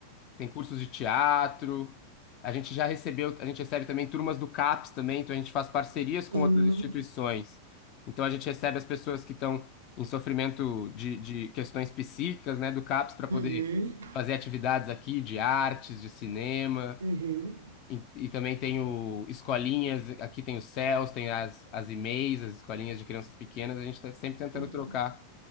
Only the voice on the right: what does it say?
Sim.
Uhum.
Uhum.
Uhum.